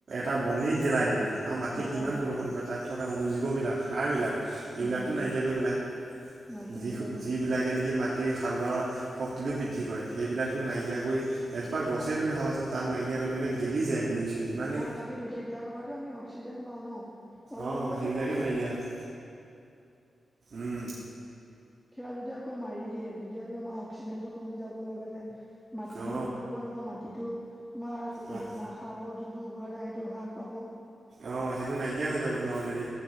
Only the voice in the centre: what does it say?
গেলাই
দিয়ে
উম
নাইকিয়া
কৰি পেলাই অ
তাকেইেতো সেইবিলাকৰ পৰাটো আমি অক্সিজেন পাওঁ ন? অলপ
হ'লেতো
পাওঁ।
সেয়া যেতিয়া আকৌ মাৰি দিয়ে, যেতিয়াটো আমাৰ অক্সিজেনটো কমি যাব লগতে, মাটিটোও
প্ৰদূষণ হ'ব। মাটিটো তোমাৰ <unintelligible>
সাৰৰ যোনটো উৰ্বৰতা সেইটো হ্ৰাস পাব।